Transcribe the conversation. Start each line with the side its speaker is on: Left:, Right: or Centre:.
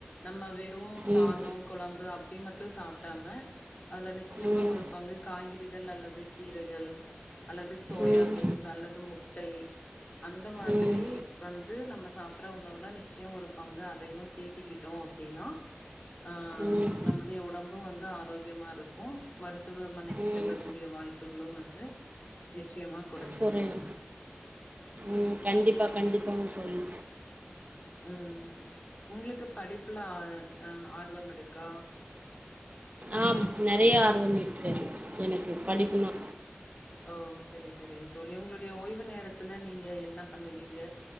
Left: நம்ம வே ரு சாதோ
Right: ம்
Left: குழம்பு அப்டி மட்டு சாப் பிடாம அதுல நிச்சயமா
Right: ம்
Left: ஒரு பங்கு காய்கறிகள் அல்லது கீரைகள் அல்லது சோயா
Right: ம்
Left: பீன்ஸ் அல்லது மு ட்டை அந்த மாதிரி
Right: ம்
Left: வந்து நம்ம சாப் பிடற உணவுல நிச்சயோ ஒரு பங்கு அதையு சேத்திக்கிட்டோ அப்டினா ஆஹ்
Right: ம்
Left: நம்மமுடைய உடம்பு வந்து ஆரோக்கியமா இருக்கு மருத்துவமனைக்கு
Right: ம்
Left: செல்லக்கூடிய வாய்ப்புகளு வந்து நிச்சயமா குறையு
Right: கொறயு
Left: தோழி
Right: உம் கண்டிப்பா கண்டிப்பா தோழி
Left: உம் உங்களுக்கு படிப்புல ஆ அஹ் ஆர்வம் இருக்கா?
Right: ஆம் நெறயா ஆர்வம் இருக்கிறது எனக்கு படிப்புனா
Left: ஓ செரி சேரி தோழி உங்களுடைய ஓய்வு நேரத்துல நீங்க என்ன பண்ணுவீங்க